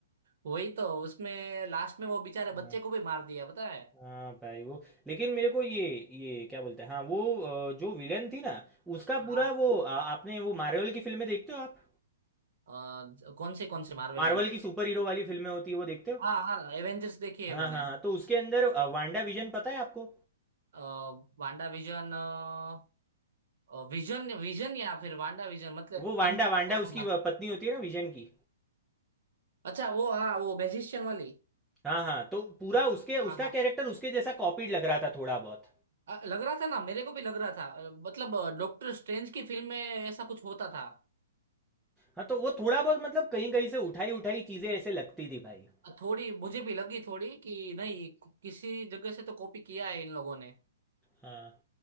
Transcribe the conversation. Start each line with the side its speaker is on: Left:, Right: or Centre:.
Right: <laughs> वही तो उसमें लास्ट में वो बेचारे बच्चे
Centre: हाँ
Right: को भी मार दिया पता है
Centre: हाँ भाई वो लेकिन मेरे को ये ये क्या बोलते हैं हाँ वो अ, जो विलन थी ना उसका
Right: हाँ
Centre: पूरा वो अ, आपने वो मार्वल की फिल्में देखते हो आप
Right: अ, कौन से कौन से मार्वल
Centre: मार्वल
Right: में मत...
Centre: की सुपर हीरो वाली फिल्में होती है वो देखते हो
Right: हाँ हाँ एवेंजर्स देखी है
Centre: हाँ
Right: मैंने
Centre: हाँ हाँ तो उसके अंदर अ, वांडा विजन पता है आपको
Right: अ, वांडा विजन अ, विजन विजन या फिर वांडा विजन मतलब
Centre: वो वांडा
Right: कंफ्यूज
Centre: वांडा उसकी अ, पत्नी होती है ना विजन की
Right: अच्छा वो हाँ वो मैजिशियन वाली
Centre: हाँ, हाँ, तो पूरा उसके उसका
Right: हाँ हाँ
Centre: कैरेक्टर उसके जैसा कॉपीड लग रहा था थोड़ा बहुत।
Right: अ, लग रहा था ना मेरे को भी लग रहा था अ, मतलब डॉक्टर स्ट्रेंज की फिल्म में ऐसा कुछ होता था
Centre: हाँ, तो वो थोड़ा बहुत मतलब कहीं-कहीं से उठाई-उठाई चीज़ें ऐसे लगती थी भाई।
Right: अ, थोड़ी मुझे भी लगी थोड़ी कि नहीं किसी जगह से तो कॉपी किया है इन लोगों ने
Centre: हाँ,